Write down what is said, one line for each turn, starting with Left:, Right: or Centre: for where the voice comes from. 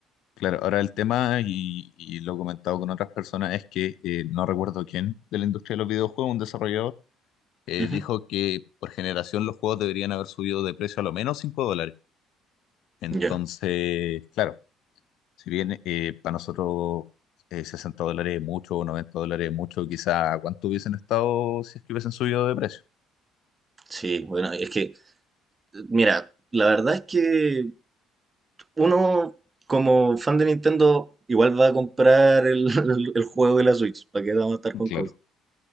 Left: Claro, ahora el tema, y, y lo he comentado con otras personas, es que eh, no recuerdo quién de la industria de los videojuegos, un desarrollador, eh,
Right: Ujú,
Left: dijo que por generación los juegos deberían haber subido de precio a lo menos 5 dólares. Entonces,
Right: Ya,
Left: claro, si bien eh, para nosotros eh, 60 dólares es mucho o 90 dólares es mucho, quizá cuánto hubiesen estado si es que hubiesen subido de precio.
Right: sí, bueno, es que, mira, la verdad es que uno como fan de Nintendo igual va a comprar el, <laughs> el- juego de la Switch, ¿para qué vamos a estar con
Left: Claro.
Right: cosas?